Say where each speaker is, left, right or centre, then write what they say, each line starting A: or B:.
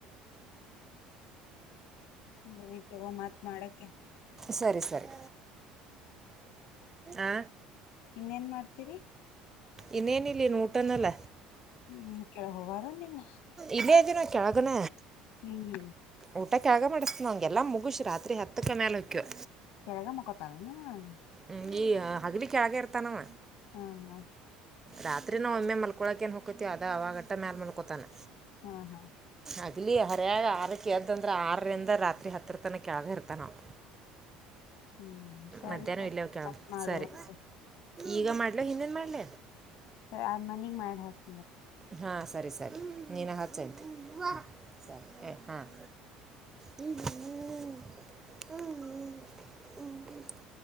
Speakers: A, on the left; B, on the right.
A: ಸರಿತಗ ಮಾತ್ ಮಾಡಕ್ಕೆ
B: ಸರಿ ಸರಿ ಆ
A: ಇನ್ನೇನ್ ಮಾಡುತ್ತೀರಿ
B: ಇನ್ನೇನಿಲ್ಲನ್ ಊಟನಲ್ಲ
A: ಹ್ಮ ಕೆಳ ಹೋಗಾರ ನೀನ್
B: ಇಲ್ಲ ಇದು ನಾ ಕೆಳಗಣ
A: ಹ್ಮ್
B: ಊಟ ತಳಗೆ ಮಾಡುತ್ತೇವೆ ಎಲ್ಲ ಮುಗಿಸಿ ರಾತ್ರಿ ಹತ್ತಕ್ಕೆ ಮೇಲೆ ಹೋಗ್ತಿವಿ
A: ಕೆಳಗೆ ಮುಖಾಂತರ ನೀನು
B: ಹ ಈ ಹಗ್ಲಿಕ್ಕೆ ಹಗ ಇರ್ತಾನವ
A: ಹಾಂ ಹಾಂ
B: ರಾತ್ರಿ ನಾವು ಒಮ್ಮೆ ಮಲ್ಕೊಳಕ ಏನ್ ಹೊಕತಿವಿ ಅದ ಅವಾಗಟ್ಟ ಮ್ಯಾಲ ಮಲ್ಕೋತಾನೆ
A: ಹಾ ಹಾ
B: ಅದಲ್ಲಿ ಹರ್ಯಾಗ ಆರ ಕೇಳ್ದಂದ್ರೆ ಆರರಿಂದ ರಾತ್ರಿ ಹತ್ತರ ತನಕ್ಕೆಳಗ ಇರ್ತ ನಾವು
A: ಹ್ಮ್ ಸರಿ
B: ಮಧ್ಯಾಹ್ನ
A: ತಗೋ
B: ಇಲ್ಲೇ ಕೆ
A: ಮತ್ ಮಾಡು
B: ಸರಿ
A: ಅಂತ
B: ಈಗ ಮಾಡ್ಲ ಹಿಂದೇನ್ ಮಾಡ್ಲ
A: ಸರಿ ಆದ್ ಮನಗ್ ಮಾಡಿ ಹಸ
B: ಹಾಂ ಸರಿ ಸರಿ ನೀನು ಹಚ್ಚೆಂಟು ಸರಿ ಎ ಹಾಂ ಹ್ಮ್ ಹ್ಮ್ ಹ್ಮ್